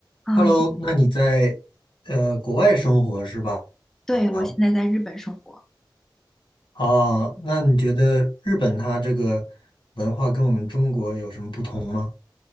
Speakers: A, in the centre; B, on the left.
A: 嗯，
B: Hello，那你在呃国外生活是吧？
A: 对，
B: 啊，
A: 我现在在日本生活。
B: 哦，那你觉得日本它这个文化跟我们中国有什么不同吗？